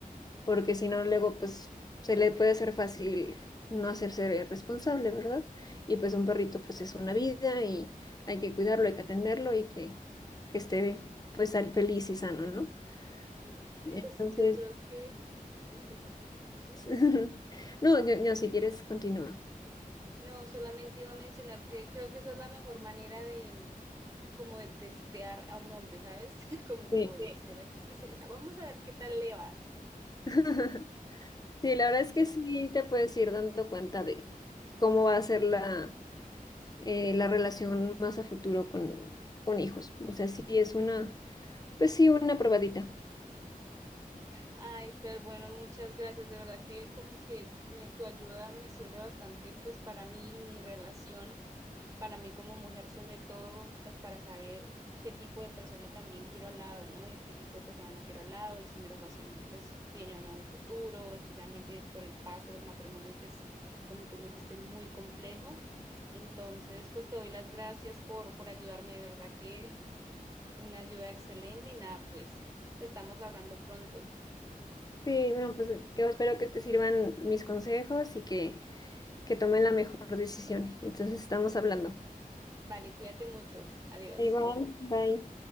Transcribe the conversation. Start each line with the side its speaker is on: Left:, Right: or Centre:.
Left: porque si no, luego pues se le puede hacer fácil no hacerse responsable, ¿verdad? Y pues un perrito pues es una vida y hay que cuidarlo, hay que atenderlo y que, que esté pues al- feliz y sano, ¿no?
Right: sí.
Left: Entonces,
Right: Pues yo creo que, disculpa, ¿sí?
Left: <laughs> no, yo, yo, si quieres, continúa.
Right: No, solamente iba a mencionar que creo que esa es la mejor manera de mm, como de testear a un hombre, ¿sabes? <laughs> Como
Left: Sí.
Right: que bueno, Sí, será que sí se... vamos a ver qué tal le va.
Left: <laughs> Sí, la verdad es que sí te puedes ir dando cuenta de cómo va a ser la, eh, la relación más a futuro con, con hijos. O sea, sí es una, pues sí, una probadita.
Right: Ay, Fer, bueno, muchas gracias. De verdad que como que me- tu ayuda me sirve bastante pues para mí y mi relación, para mí como mujer sobre todo, pues para saber qué tipo de persona también quiero al lado, ¿no? Y qué tipo de persona no quiero al lado y si mi relación pues tiene o no un futuro, especialmente por el paso del matrimonio que es, como tú lo dijiste, muy complejo. Entonces, pues te doy las gracias por, por ayudarme, de verdad que una ayuda excelente y nada, pues estamos hablando pronto.
Left: Sí, bueno, pues eh, que espero que te sirvan mis consejos y que, que tomen la mejor decisión. Entonces estamos hablando.
Right: Vale, cuídate mucho. Adiós.
Left: Igual, bye.